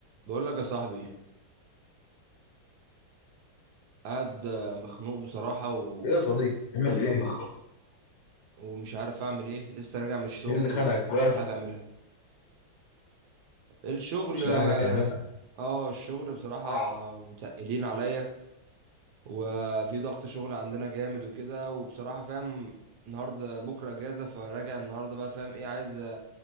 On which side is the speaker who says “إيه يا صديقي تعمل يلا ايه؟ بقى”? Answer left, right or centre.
Left